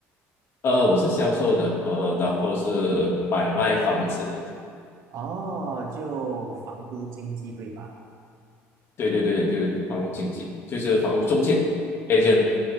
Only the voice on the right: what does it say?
哦，就房屋经纪对吧？